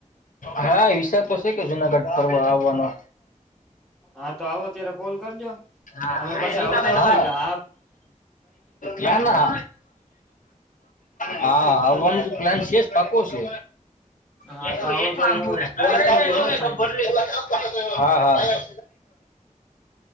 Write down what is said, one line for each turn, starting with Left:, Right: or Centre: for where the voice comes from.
Left: હા વિશા તો છે કે જુનાગઢ ફરવા આવવાનો.
Centre: હા તો આવો અત્યારે કોલ કરજો
Left: હા
Centre: તમે પાછા આવતા નથી કે આપ
Left: ના ના. હા, આવવાનું પ્લાન છે જ પાકો છે.
Centre: હા
Left: <unintelligible>
Centre: તો આવો ત્યારે હવે કોલ કરજો હો ફાઈન
Left: હા, હા.